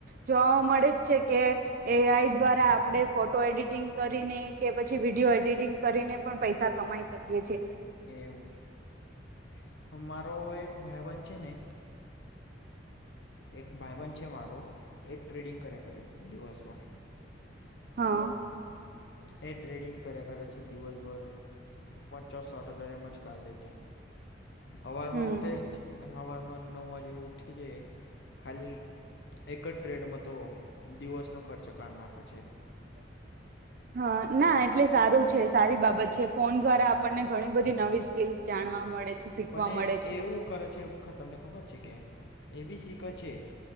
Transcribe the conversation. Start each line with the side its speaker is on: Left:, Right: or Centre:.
Right: જોવા મળે જ છે કે એઆઈ દ્વારા આપડણે ફોટો એડિટિંગ કરીને કે પછી વિડીિયો એડિટિંગ કરીને પણ પૈસા કમાઈ શકીએ છેએ.
Left: એવું મારો એક ભાઈ બન છે ને એક ભાઈબન છે મારો એ જ ટ્રેડિંગ કર્યા કરે દિવસભર
Right: હા.
Left: એ ટ્રેડિંગ કર્યા કરે છે દિવસભર પચો સાઠ હજાર એમ જ ક લે છે હવારમાં
Right: હમ
Left: ઉઠે છે. હવારમાં નવ વાજે ઉઠે છે ખાલી એક જ ટ્રેડમાં તો દિવસનો ખર્ચ ક નાખે છે.
Right: <unintelligible> હા, ના એટલે સારું છે સારી બાબત છે ફોન દ્વારા આપણને ઘણી બધી નવી સ્કીલસ જાણવા મળે છે, શીખવા
Left: પણ
Right: મળે છે
Left: એવું કરે છે તમને ખબર છે કે એ બી શીખે છે,